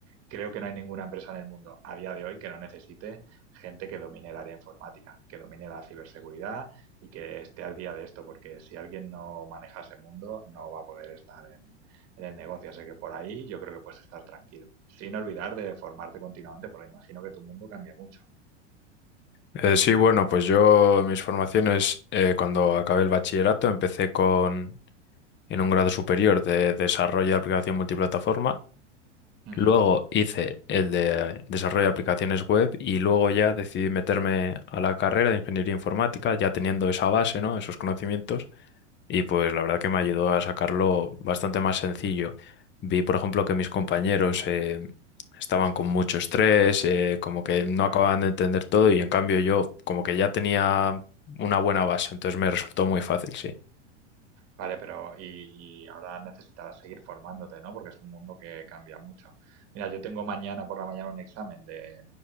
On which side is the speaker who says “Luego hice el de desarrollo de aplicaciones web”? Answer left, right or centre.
Left